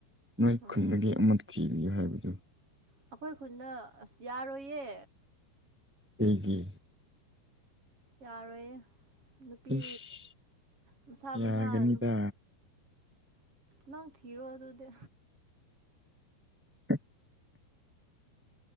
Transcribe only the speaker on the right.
ꯎꯝ
ꯑꯩꯈꯣꯏ ꯈꯨꯅ ꯑꯁ ꯌꯥꯔꯣꯏꯌꯦ
ꯌꯥꯔꯣꯏꯌꯦ ꯅꯨꯄꯤ
ꯃꯁꯥ
ꯃꯁꯥ ꯑꯁ ꯅꯪ ꯊꯤꯔꯣ ꯑꯗꯨꯗꯤ